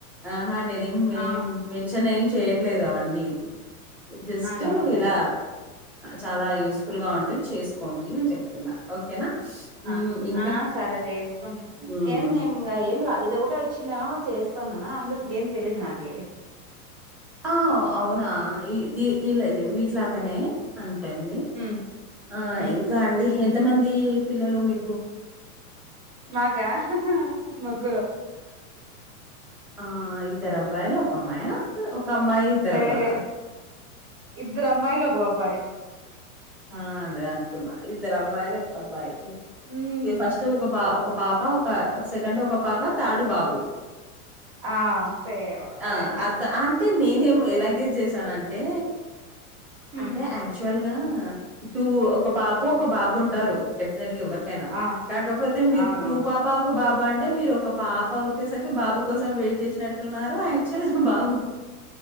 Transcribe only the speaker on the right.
ఆ
అవునులే
ఆ
ఆ సరే చేసుకుం
ఏం ఏం రా ఇద ఒకటి వచ్చిన చేస్తాన్ననా అందుకు గేమ్ తెలీదు నాకే
ఉమ్
ఉమ్
మాకా ముగ్గురు
లే
లే ఇద్దరు అమ్మాయిలు ఒగ అబ్బాయ్
ఉమ్
ఆ సేవ్ అదే
ఉమ్
ఆ
అవునవును